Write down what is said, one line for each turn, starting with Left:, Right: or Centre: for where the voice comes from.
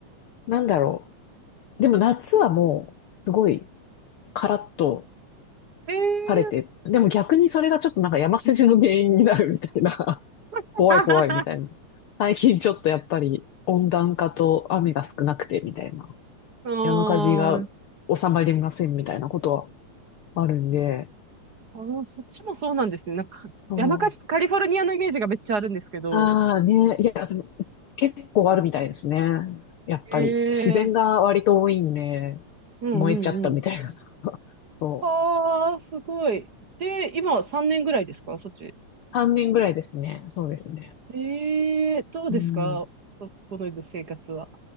Left: なんだろう。でも夏はもう、すごいカラッと、
Right: へえ。
Left: 晴れて、でも逆にそれがちょっとなんか山火事の原因になるみたいな、<laughs>
Right: <laughs>
Left: 怖い怖いみたいな。最近ちょっとやっぱり温暖化と雨が少なくてみたいな、
Right: あ
Left: 山火事が
Right: ー
Left: 収まりませんみたいなことはあるんで、
Right: あの、そっちもそうなんですね。なんか、
Left: そう。
Right: 山火事とカリフォルニアのイメージがめっちゃあるんですけど。
Left: ああね、いや、でも結構あるみたいですね。やっぱり自然が割と多いんで、
Right: へえ。うんうんうん。
Left: 燃えちゃったみたいな。<laughs> そう。
Right: ああ、すごい。で、今3年ぐらいですか、そっち。
Left: 3年ぐらいですね。そうですね。
Right: ええ、どうですか、
Left: うん。
Right: そこの生活は。